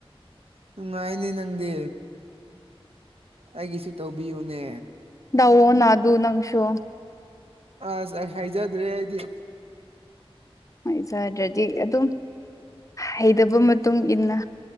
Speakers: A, on the right (about 75°); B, on the left (about 35°).
A: ꯅꯨꯡꯉꯥꯏꯅꯦ ꯅꯪꯗꯤ ꯑꯩꯒꯤꯁꯨ ꯇꯧꯕꯤꯌꯣꯅꯦ
B: ꯗꯧꯑꯣꯅꯥ ꯑꯗꯨ ꯅꯪꯁꯨ
A: ꯑꯁ ꯑꯥꯏ ꯍꯩꯖꯗ꯭ꯔꯦ ꯑꯩꯗꯤ
B: ꯍꯥꯏꯖꯥꯗ꯭ꯔꯗꯤ ꯑꯗꯨꯝ ꯍꯩꯇꯕ ꯃꯇꯨꯡ ꯏꯟꯅ